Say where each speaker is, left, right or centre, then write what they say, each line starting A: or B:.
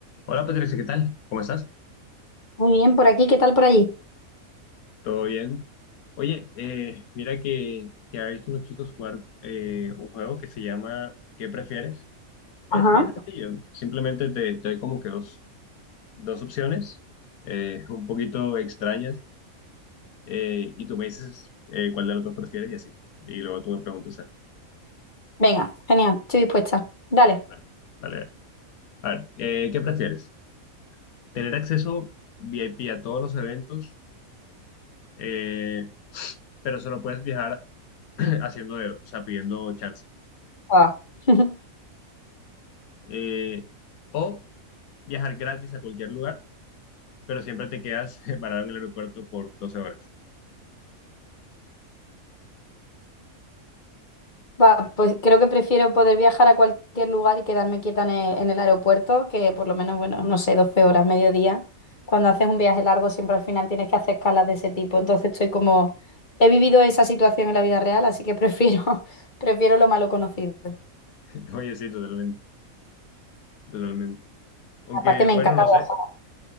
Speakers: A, on the left (about 80°); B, on the left (about 35°).
A: Hola Patricia, ¿qué tal? ¿Cómo estás?
B: Muy bien, por aquí, ¿qué tal por allí?
A: ¿Todo bien? Oye, eh, mira que, que ha visto unos chicos jugar eh, un juego que se llama ¿Qué prefieres? Es
B: Ajá.
A: bien sencillo. Simplemente te, te doy como que dos, dos opciones eh, un poquito extrañas eh, y tú me dices eh, cuál de los dos prefieres y así. Y luego tú me preguntas algo.
B: Venga, genial, estoy dispuesta. Dale.
A: Vale, vale. A ver, eh, ¿qué prefieres? ¿Tener acceso VIP a todos los eventos, eh, pero solo puedes viajar <clears throat> haciendo dedo, o sea, pidiendo chance?
B: Va. <laughs>
A: eh, o viajar gratis a cualquier lugar, pero siempre te quedas <laughs> parado en el aeropuerto por 12 horas.
B: Va, pues creo que prefiero poder viajar a cualquier lugar y quedarme quieta en el, en el aeropuerto, que por lo menos, bueno, no sé, 12 horas, mediodía. Cuando haces un viaje largo, siempre al final tienes que hacer escalas de ese tipo. Entonces estoy como, he vivido esa situación en la vida real, así que prefiero, <laughs> prefiero lo malo conocido.
A: <laughs> Oye, sí, totalmente, totalmente. Aunque,
B: Aparte me
A: bueno,
B: encanta
A: no
B: viajar.
A: sé,